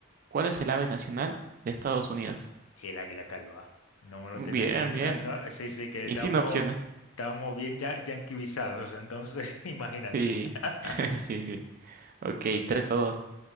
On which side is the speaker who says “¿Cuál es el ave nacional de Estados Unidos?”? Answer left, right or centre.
Right